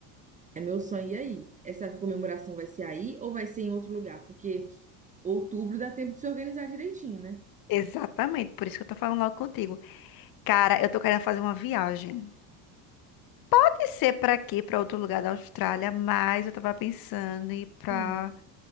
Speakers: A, on the right (about 20°); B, on the left (about 50°).
A: é meu sonho ir aí. Essa comemoração vai ser aí ou vai ser em outro lugar? Porque outubro dá tempo de se organizar direitinho, né?
B: Exatamente, por isso que eu tô falando logo contigo. Cara, eu tô querendo fazer uma viagem. Pode ser para aqui, para outro lugar da Austrália, mas eu tava pensando em ir pra
A: Hum.